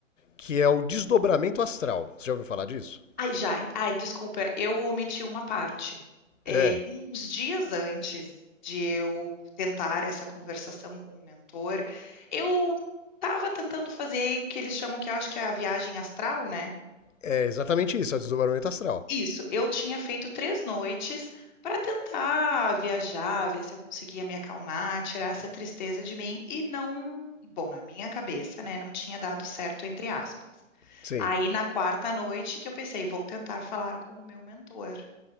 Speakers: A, on the left; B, in the centre.
A: que é o desdobramento astral. Você já ouviu falar disso?
B: Ai, já, ai, desculpa, eu omiti uma parte. É,
A: É,
B: uns dias antes de eu tentar essa conversação com o mentor, eu estava tentando fazer o que eles chamam, que eu acho que é a viagem astral, né?
A: é exatamente isso, é o desdobramento astral.
B: Isso, eu tinha feito três noites para tentar viajar, ver se eu conseguia me acalmar, tirar essa tristeza de mim e não, bom, na minha cabeça, né, não tinha dado certo, entre aspas.
A: Sim.
B: Aí na quarta noite que eu pensei, vou tentar falar com o meu mentor.